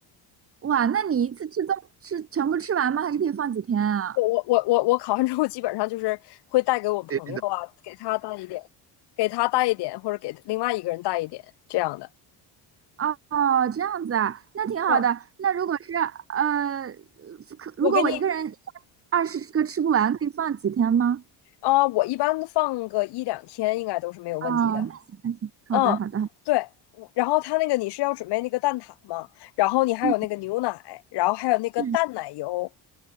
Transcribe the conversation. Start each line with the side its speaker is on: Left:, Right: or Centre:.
Right: 哇，那你一次吃这么吃全部吃完吗？还是可以放几天啊？
Left: 我我我我我考完之后，基本上就是会带给我朋友啊，
Right: é
Left: 给他带一点，给他带一点，或者给另外一个人带一点这样的。
Right: 哦哦，这样子啊，那挺好的。
Left: 嗯，
Right: 那如果是呃，可如果我一个人一下
Left: 我给你，
Right: 二十个吃不完，可以放几天吗？
Left: 啊、我一般放个一两天应该都是没有问题的。
Right: 哦，那行那行，好的好的，
Left: 嗯，
Right: 好的
Left: 对。然后他那个你是要准备那个蛋挞嘛，然后你还有那个牛奶，
Right: 嗯
Left: 然后还有那个淡奶油，
Right: 嗯